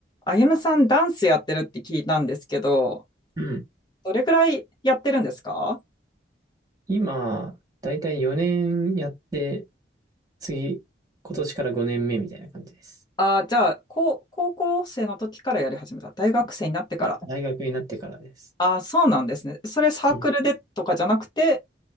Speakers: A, on the left; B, on the right.
A: あゆむさん、ダンスやってるって聞いたんですけど、
B: うん。
A: どれくらいやってるんですか
B: 今、だいたい4年やって、次、今年から5年目みたいな感じです。
A: あー、じゃあ、高高校生の時からやり始めた。大学生になってから。
B: うんいや、大学になってからです。
A: あー、そうなんですね。それサークルでとかじゃなくて、
B: うん。